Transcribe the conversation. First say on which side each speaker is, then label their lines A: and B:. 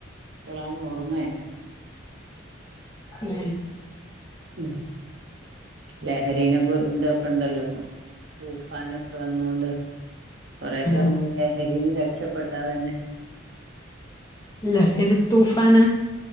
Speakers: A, on the right; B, on the left.
A: ഇപ്പളാണ് ഓർമ ആയത്.
B: ഏ
A: ഉം ലഹരിനെ കു ഇതൊക്ക ഇണ്ടല്ലോ ഇപ്പൊ. തൂഫാനൊക്ക വന്നൊണ്ട് കൊറെ ഒക്ക നമ്മള്
B: ഉം
A: ലഹരീന്ന് രക്ഷപ്പെട്ട തന്നെ.
B: ലഹരി തൂഫാന.